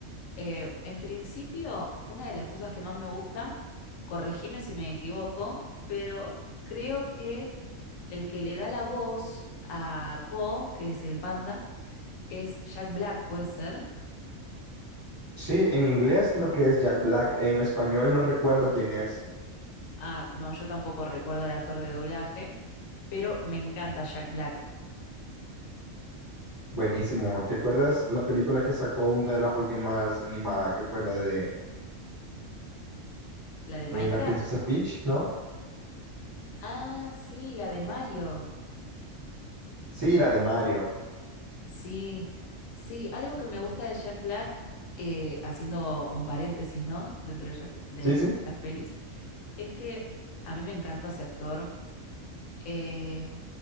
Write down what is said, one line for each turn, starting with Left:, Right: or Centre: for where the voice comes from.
Left: Eh, en principio, una de las cosas que más me gusta, corregime si me equivoco, pero creo que el que le da la voz a Po, que es el panda, es Jack Black, ¿puede ser?
Right: Sí, en inglés creo que es Jack Black, en español no recuerdo quién es.
Left: Ah, no, yo tampoco recuerdo al actor de doblaje, pero me encanta Jack Black,
Right: Buenísimo. ¿Te acuerdas la película que sacó una de las últimas animadas, que fue la de
Left: la de Minecraft.
Right: eh, La Princesa Peach, ¿no?
Left: Ah, sí, la de Mario.
Right: Sí, la de Mario.
Left: Sí, sí, algo que me gusta de Jack Black, eh, haciendo un paréntesis, ¿no? Dentro de, Jack- de
Right: Sí, sí.
Left: las pelis, es que a mí me encanta ese actor eh,